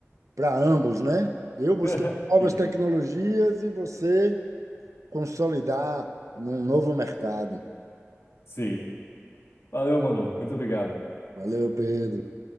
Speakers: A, on the right (about 85°); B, on the left (about 55°).
A: para ambos, né? Eu buscando
B: <laughs>
A: novas
B: Sim,
A: tecnologias e você consolidar num novo mercado.
B: sim. Valeu, mano. Muito obrigado.
A: Valeu, Pedro.